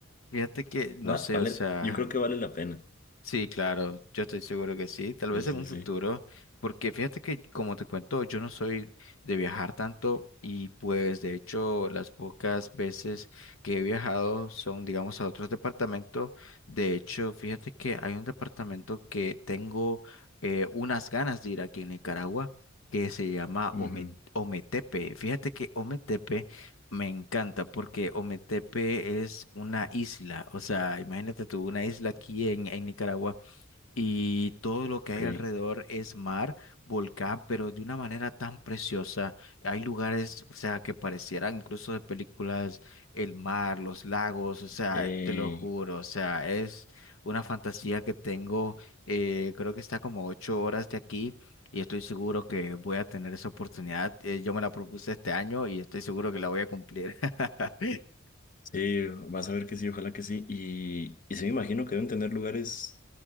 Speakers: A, on the left; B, on the left.
A: fíjate que, no
B: Va-
A: sé,
B: vale,
A: o sea,
B: yo creo que vale la pena.
A: Sí, claro, yo estoy seguro que sí, tal
B: Sí,
A: vez
B: sí,
A: en un
B: sí.
A: futuro, porque fíjate que como te cuento, yo no soy de viajar tanto y pues de hecho las pocas veces que he viajado son digamos a otros departamentos, de hecho fíjate que hay un departamento que tengo eh, unas ganas de ir aquí en Nicaragua que se llama
B: Ujú,
A: Ome- Ometepe, fíjate que Ometepe me encanta porque Ometepe es una isla, o sea, imagínate tú, una isla aquí en, en Nicaragua y todo lo que
B: ok.
A: hay alrededor es mar, volcán, pero de una manera tan preciosa. Hay lugares, o sea, que parecieran incluso de películas, el mar, los lagos, o sea,
B: Eh,
A: te lo juro, o sea, es una fantasía que tengo, eh, creo que está como ocho horas de aquí. Y estoy seguro que voy a tener esa oportunidad. Eh, yo me la propuse este año y estoy seguro que la voy a cumplir. <laughs>
B: sí, vas a ver que sí, ojalá que sí. Y, y sí, me imagino que deben tener lugares